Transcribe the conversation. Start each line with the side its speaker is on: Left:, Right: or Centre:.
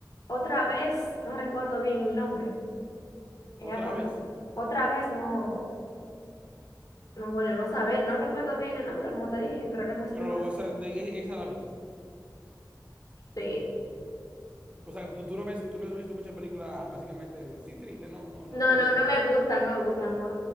Left: otra vez, no recuerdo bien el nombre, era
Right: Otra
Left: como...
Right: vez.
Left: Otra vez no, no volvemos a ver, no recuerdo bien el nombre, como te dije, pero era más
Right: Pero
Left: o menos así.
Right: esa, de- e- esa la viste.
Left: Sí.
Right: O sea, tú, tú no ves, tú no has visto muchas películas básicamente así tristes, no, no, no
Left: No,
Right: te gustan.
Left: no, no me gusta, no me gusta, no,